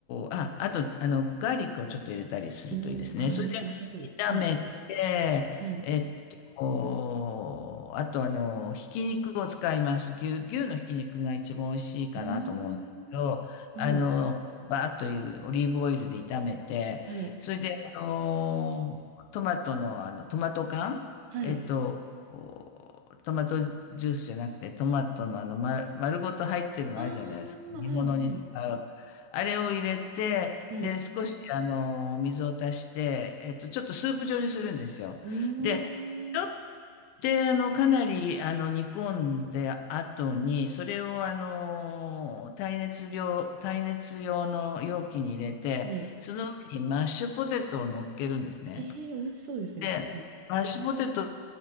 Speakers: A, on the left (about 85°); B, on the right (about 80°).
A: うあ、あと、あの、ガーリックをちょっと入れたりするといいですね。
B: おー、あー、
A: それで、
B: いい、良さそうです。はい。
A: 炒めて、
B: はい。
A: えっと、
B: う
A: こうあと、あの、ひき肉を使います。牛、牛のひき肉が一番美味しいかなと思うんですけど、
B: ーん。はい。
A: あの、バーッというオリーブオイルで炒めて、
B: はい。
A: それで、あの、トマトの、あの、トマト缶、
B: はい。
A: えっと、こうトマトジュースじゃなくて、トマトのあの、ま、丸ごと入ってるのあるじゃないですか。
B: ああ、
A: 煮物に使う。
B: はい、はい。
A: あれを入れて、
B: はい。
A: で、少しあの、水を足して、えっと、ちょっとスープ状にするんですよ。
B: うーん。
A: で、ちょっとあの、かなりあの、煮込んで後に、それをあの、耐熱量、耐熱用の容器に入れて、
B: はい。
A: その上にマッシュポテトを乗っけるんですね。
B: ええー、美味しそうですね。
A: で、
B: はい。
A: マッシュポテト